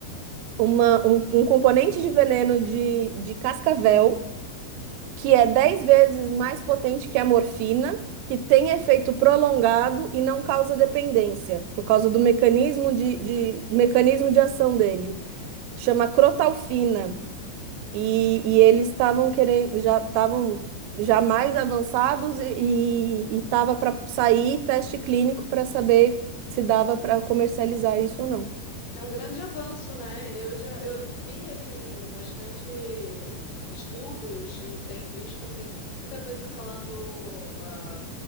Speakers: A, on the right (about 85°); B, on the left (about 75°).
A: uma, um, um componente de veneno de, de cascavel que é 10 vezes mais potente que a morfina, que tem efeito prolongado e não causa dependência, por causa do mecanismo
B: Isso.
A: de, de, mecanismo de ação dele. Chama crotalfina. E, e eles estavam querendo, já estavam já mais avançados e estava para sair teste clínico para saber se dava para comercializar isso ou não.
B: É um grande avanço, né? Eu já eu vi assim bastante estudos e tenho visto assim muita coisa falando ah,